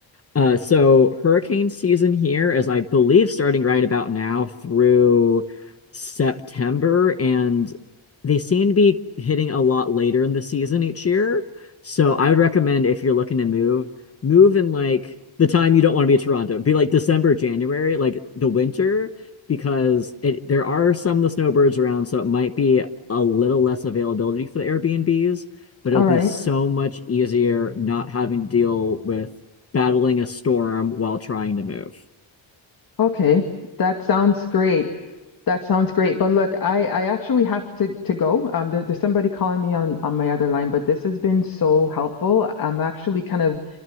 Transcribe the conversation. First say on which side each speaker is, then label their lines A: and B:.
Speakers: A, on the left; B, on the left.
A: Uh, so hurricane season here is, I believe, starting right about now through September, and they seem to be hitting a lot later in the season each year. So I would recommend if you're looking to move, move in like the time you don't want to be in Toronto. Be like December, January, like the winter, because it, there are some of the snowbirds around, so it might be a little less availability for the Airbnbs, but it'll
B: All
A: be
B: right.
A: so much easier not having to deal with battling a storm while trying to move.
B: Okay. That sounds great. That sounds great. But look, I I actually have to to go. Um, there, there's somebody calling me on on my other line, but this has been so helpful. I'm actually kind of